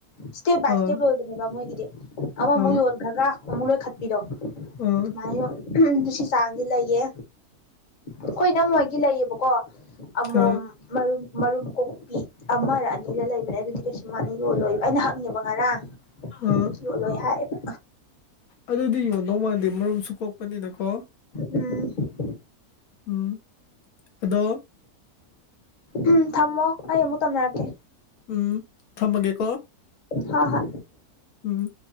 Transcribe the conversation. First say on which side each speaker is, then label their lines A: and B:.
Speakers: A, on the left (about 35°); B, on the left (about 70°).
A: ꯏꯁꯇꯦꯞ ꯕꯥꯏ
B: ꯑꯥ
A: ꯏꯁꯇꯦꯞ ꯂꯣꯏꯕꯅꯦꯕ ꯃꯣꯏꯒꯤꯗꯤ ꯑꯃꯃꯨꯛ
B: ꯑꯥ
A: ꯌꯣꯟꯈ꯭ꯔꯒ ꯑꯃꯨꯛ ꯂꯣꯏꯈꯠꯄꯤꯔꯣ
B: ꯑꯥ
A: ꯑꯗꯨꯃꯥꯏꯅ ꯁꯤ ꯆꯥꯡꯗꯤ ꯂꯩꯌꯦ ꯑꯩꯈꯣꯏꯅ ꯏꯅꯝꯃꯣꯏꯒꯤ ꯂꯩꯌꯦꯕꯀꯣ ꯑꯃꯣꯝ
B: ꯑꯥ
A: ꯃꯔꯨꯝ ꯃꯔꯨꯝ ꯀꯣꯛꯄꯤ ꯑꯃꯔ ꯑꯅꯤꯒ ꯂꯩꯕꯅꯦ ꯑꯗꯨꯗꯤ ꯀꯩꯁꯨ ꯃꯥꯅ ꯌꯣꯜꯂꯣꯏꯕ ꯑꯩꯅ ꯍꯪꯅꯦꯦꯕ ꯉꯔꯥꯡ <unintelligible>
B: ꯑꯥ
A: ꯂꯣꯏ ꯍꯥꯏꯌꯦꯕ
B: ꯑꯗꯨꯗꯤ ꯌꯣꯟꯗꯧ ꯃꯥꯟꯗꯦ ꯃꯔꯨꯝꯁꯨ ꯀꯣꯛꯄꯅꯤꯅ ꯀꯣ
A: ꯎꯝ
B: ꯎꯝ ꯑꯗꯣ
A: ꯎꯝ ꯊꯝꯃꯣ ꯑꯩ ꯑꯃꯨꯛ ꯇꯝꯅꯔꯛꯀꯦ
B: ꯎꯝ ꯊꯝꯃꯒꯦꯀꯣ
A: ꯍ ꯍ
B: ꯎꯝ